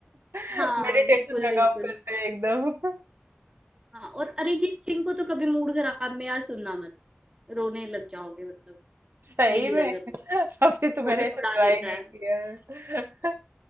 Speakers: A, on the right; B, on the right.
A: <laughs>
B: हाँ
A: मेडिटेशन
B: बिल्कुल
A: का
B: बिल्कुल
A: काम करते हैं एकदम <laughs>
B: हाँ और अरिजीत सिंह को तो कभी मूड खराब में यार सुनना मत रोने लग जाओगे मतलब
A: सही
B: मेरी
A: में
B: नजर
A: <laughs>
B: में
A: अभी तो मैंने
B: वो तो
A: ऐसे
B: रुला
A: ट्राई
B: देता
A: नहीं
B: है
A: किया है <laughs>